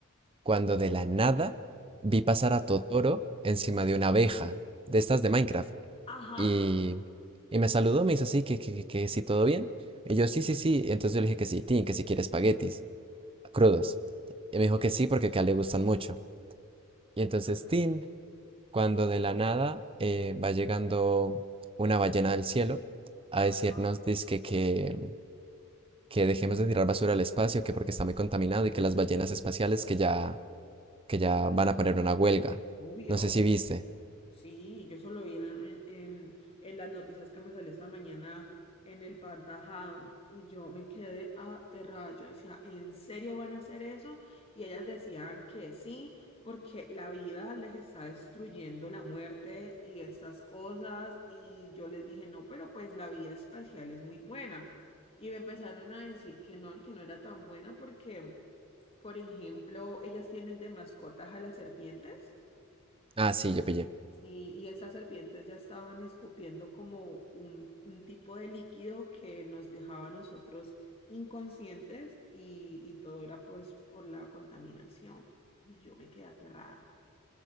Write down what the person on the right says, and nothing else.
cuando de la nada vi pasar a Totoro encima de una abeja de estas de Minecraft.
Y, y me saludó, me hizo así que, que, que, que si todo bien. Y yo sí, sí, sí. Entonces yo le dije que sí, Tin, que si quiere espaguetis crudos. Y me dijo que sí porque que a él le gustan mucho. Y entonces
Tin cuando de la nada eh, va llegando una ballena del cielo a
decirnos dizque que, que dejemos de tirar basura al espacio, que porque está muy contaminado y que las ballenas espaciales que ya, que ya van a poner una huelga.
No sé si viste.
Ah, sí, yo pillé.